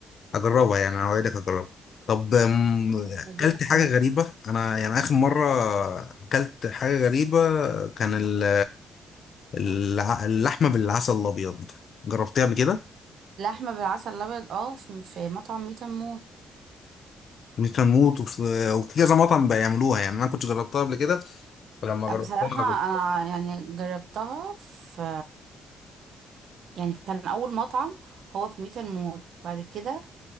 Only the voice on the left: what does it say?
هجربها يعني هوعدك هجربها طب أم، اكلت
حاجة
غريبة انا يعني اخر مرة اكلت حاجة غريبة كان ال- الع- اللحمة بالعسل الابيض جربتها قبل كده
وكنوت وفي وفي كذا مطعم بيعملوها يعني انا كنت جربتها قبل كده فلما جربتها
جربت.